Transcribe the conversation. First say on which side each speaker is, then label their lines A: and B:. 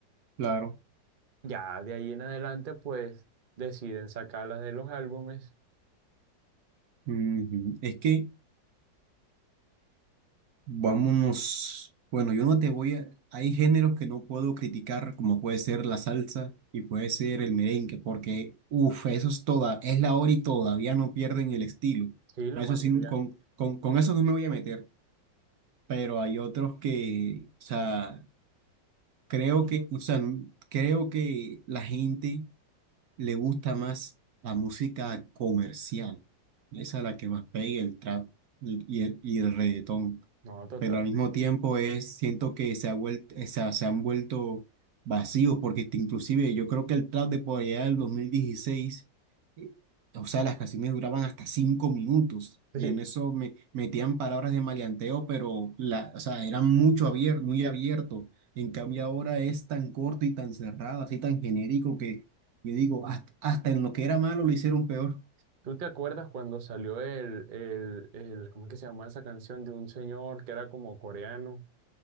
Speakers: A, on the right; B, on the right.
A: claro.
B: Ya de ahí en adelante, pues deciden sacarlas de los álbumes.
A: Ujú. Es que vámonos, bueno, yo no te voy a, hay géneros que no puedo criticar como puede ser la salsa y puede ser el merengue porque, uff, eso es toda, es la hora y todavía no pierden el estilo.
B: Sí, la
A: Eso
B: mayoría
A: sí, con, con, con eso no me voy a meter. pero hay otros que, o sea, creo que, o sea, n- creo que la gente le gusta más la música comercial, esa es la que más pega el trap y y el, y el reggaetón
B: no, No, totalmente.
A: pero al mismo tiempo es, siento que se ha vuelto, o sea, se han vuelto vacíos, porque este, inclusive yo creo que el trap de por allá del 2016, eh, o sea, las canciones duraban hasta cinco minutos,
B: Sí.
A: y en eso me metían palabras de maleanteo, pero la, o sea, eran mucho abier- muy abierto. En cambio ahora es tan corto y tan cerrado, así tan genérico que yo digo, hasta, hasta en lo que era malo lo hicieron peor.
B: ¿Tú te acuerdas cuando salió el, el, el, ¿cómo es que se llamaba esa canción de un señor que era como coreano?